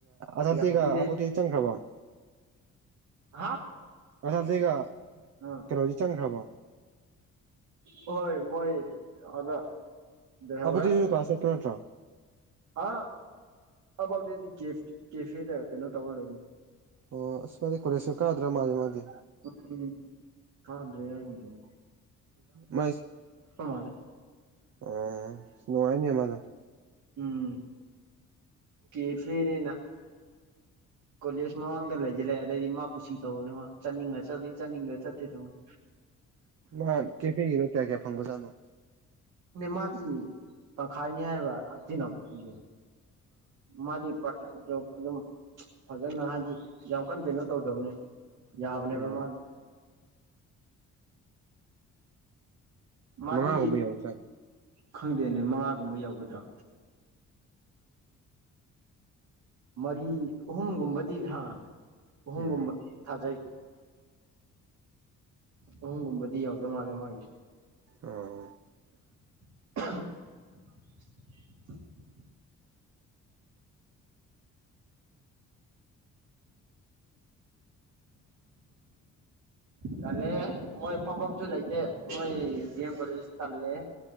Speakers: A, on the right (about 55°); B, on the right (about 75°).
A: ꯑꯁꯜꯇꯤꯒ
B: ꯌꯥꯛꯄꯤꯔꯦ
A: ꯑꯄꯣꯠꯇꯤ ꯆꯪꯈ꯭ꯔꯕꯣ
B: ꯍꯥ
A: <unintelligible>
B: ꯑꯥ
A: ꯀꯩꯅꯣꯁꯤ ꯆꯪꯈ꯭ꯔꯕꯣ
B: ꯍꯣꯏ ꯃꯣꯏ ꯑꯗ ꯂꯩꯍꯧꯔꯦ
A: <unintelligible> ꯅꯠꯇ꯭ꯔꯣ
B: ꯑ ꯑꯕꯥꯎꯗꯗꯤ ꯀꯦ ꯀꯦꯐꯦꯗ ꯀꯩꯅꯣ ꯇꯧꯔ ꯂꯩ
A: ꯑꯣ ꯑꯁ ꯃꯥꯗꯤ ꯀꯣꯂꯦꯖꯀ ꯀꯥꯗ꯭ꯔꯥ ꯃꯥꯜꯂꯤ ꯃꯥꯗꯤ
B: <unintelligible> ꯀꯗ꯭ꯔꯦ ꯍꯥꯏꯒꯨꯝ ꯇꯧꯏ
A: ꯃꯁ
B: ꯃꯥꯜꯂꯦ
A: ꯑꯣ ꯅꯨꯡꯉꯥꯏꯅꯤꯌꯦ ꯃꯥꯗꯣ
B: ꯎꯝ ꯀꯦꯐꯦ <unintelligible> ꯀꯣꯂꯦꯁ ꯃꯃꯥꯡꯗ ꯂꯩꯖꯜꯂꯦ ꯑꯗꯩꯗꯤ ꯃꯥ ꯀꯨꯁꯤ ꯇꯧꯅꯦꯕ ꯆꯠꯅꯤꯡꯉ ꯆꯠꯂꯥ ꯆꯥꯅꯤꯡꯉ ꯆꯠꯇꯦ ꯇꯧꯅꯤ
A: ꯃꯥ ꯀꯦꯐꯦꯒꯤꯗꯣ ꯀꯌꯥ ꯀꯌꯥ ꯐꯪꯕꯖꯥꯠꯅꯣ
B: ꯃꯥꯗꯤ ꯇꯪꯈꯥꯏꯅꯤ ꯍꯥꯏꯕ ꯇꯤꯅꯝꯒꯤ ꯃꯥꯗꯤ ꯄꯥꯠ ꯇꯥꯏ ꯖꯣꯕ ꯑꯗꯨꯝ ꯐꯖꯅ ꯍꯥꯏꯗꯤ ꯌꯥꯝ ꯀꯟ ꯀꯩꯅꯣ ꯇꯧꯗꯕꯅꯤ ꯌꯥꯕꯅꯦꯕ
A: ꯎꯝ
B: ꯃꯥꯗꯤ ꯃꯥꯗꯤ
A: ꯃꯉꯥꯒꯨꯝꯕ ꯌꯧ ꯖꯥꯠꯂꯣ
B: ꯈꯪꯗꯦꯅꯦ ꯃꯉꯥꯒꯨꯝꯕ ꯌꯧꯒꯗ꯭ꯔꯥ ꯃꯔꯤ ꯑꯍꯨꯝꯒꯨꯝꯕꯗꯤ ꯍꯥꯥ ꯑꯍꯨꯝꯒꯨꯝꯕ
A: ꯎꯝ
B: ꯊꯥꯖꯩ ꯑꯍꯨꯝꯒꯨꯝꯕꯗꯤ ꯌꯥꯎꯗꯧ ꯃꯥꯜꯂꯦ ꯃꯥꯒꯤꯁꯦ
A: ꯑꯣ
B: <unintelligible> ꯇꯜꯂꯦ ꯃꯣꯏ ꯐꯝ ꯐꯝꯁꯨ ꯂꯩꯇꯦ ꯃꯣꯏ ꯗꯦꯝ ꯀꯣꯂꯦꯖ ꯇꯜꯂꯦ